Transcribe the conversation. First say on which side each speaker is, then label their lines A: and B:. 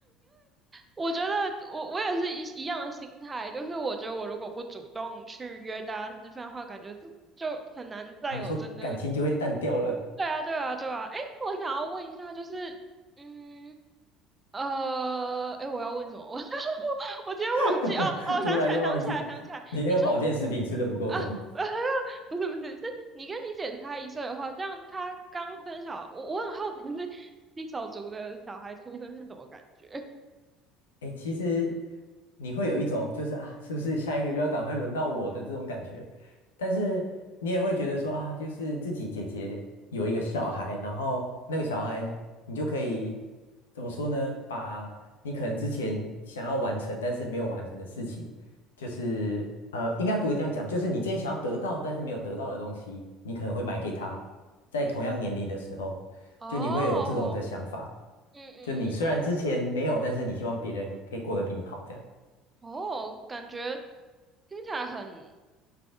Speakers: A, on the right; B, on the left.
A: 我觉得我我也是一一样的心态，就是我觉得我如果不主动去约大家吃饭的话，感觉就很难再有真的。
B: 哦，你说感情就会淡掉了，
A: 对啊，对啊，对啊。哎，那我想要问一下，就是，嗯，呃，哎，我要问什么？<laughs> 我我今天忘记哦哦，
B: <laughs>
A: 想起来，
B: 突然就忘记你那个保健食品吃的不够多。
A: 想起来，想起来。你说啊，<laughs> 不是不是，是你跟你姐差一岁的话，这样她刚生小，我我很好奇，就是新手足的小孩出生是什么感觉？
B: 哎，其实你会有一种就是啊，是不是下一个就要赶快轮到我的这种感觉？但是你也会觉得说啊，就是自己姐姐有一个小孩，然后那个小孩你就可以怎么说呢？把你可能之前想要完成但是没有完成的事情，就是呃，应该不是这样讲，就是你之前想要得到但是没有得到的东西，你可能会买给他，在同样年龄的时候，
A: <laughs> 哦，
B: 就你会有这种的想法。
A: 嗯嗯，
B: 就你虽然之前没有，
A: 嗯
B: 但是你希望别人可以过得比你好，这样。
A: 哦，感觉听起来很